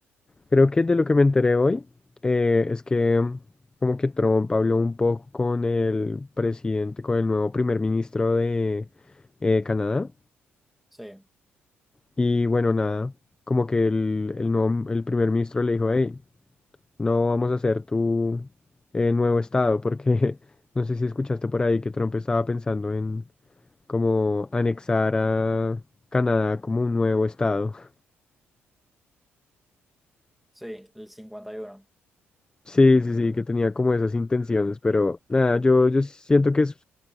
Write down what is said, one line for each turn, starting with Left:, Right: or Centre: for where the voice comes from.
Left: creo que de lo que me enteré hoy eh, es que mm, como que Trump habló un poco con el presidente, con el nuevo primer ministro de eh, Canadá.
Centre: Sí.
Left: Y bueno, nada, como que el, el nuevo, el primer ministro le dijo, hey, no vamos a hacer tu eh, nuevo estado, porque <laughs> no sé si escuchaste por ahí que Trump estaba pensando en como anexar a Canadá como un nuevo estado. <laughs>
Centre: Sí, el 51,
Left: Sí, sí, sí, que tenía como esas intenciones, pero nada, yo, yo siento que es,